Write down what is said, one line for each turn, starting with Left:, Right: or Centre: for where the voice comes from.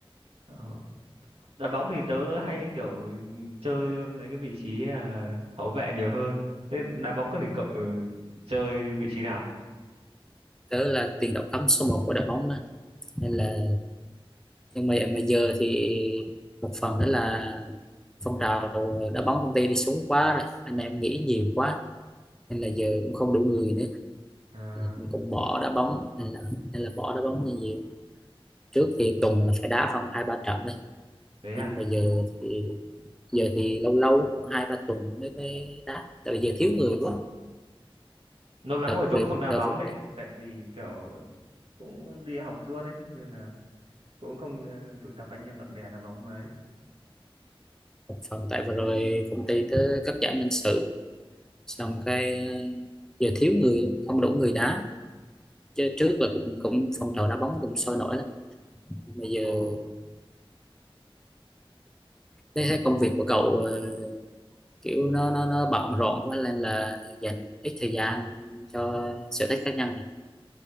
Right: Ờ, đá bóng thì tớ hay kiểu chơi mấy cái vị trí à, hậu vệ nhiều hơn thế đá bóng có thì cậu ờ, chơi vị trí nào
Centre: đó là tiền đạo cấm số một của đội bóng mà. nên là nhưng mà mà giờ thì một phần đó là phong trào đá bóng công ty đi xuống quá rồi anh em nghĩ nhiều quá nên là giờ cũng không đủ người nữa
Right: à,
Centre: Ờ, cũng, cũng bỏ đá bóng nên là, nên là bỏ đá bóng nhiều trước thì tuần là phải đá khoảng hai ba trận đấy
Right: thế à
Centre: nhưng mà giờ thì giờ thì lâu lâu khoảng hai ba tuần mới mới đá tại vì giờ thiếu người quá
Right: lâu lắm
Centre: đợt
Right: rồi tớ
Centre: về
Right: cũng không đá
Centre: đợt
Right: bóng
Centre: vừa-
Right: đấy tại vì kiểu cũng đi học suốt ấy nên là cũng không ờ, tụ tập anh em bạn bè đá bóng mấy
Centre: một phần tại vừa rồi công ty tới cắt giảm nhân sự xong cái ờ, giờ thiếu người không đủ người đá chứ trước là cũng cũng phong trào đá bóng cũng sôi nổi lắm bây giờ
Right: Ờ,
Centre: thấy cái công việc của cậu ờ, kiểu nó nó nó bận rộn quá nên là dành ít thời gian cho sở thích cá nhân này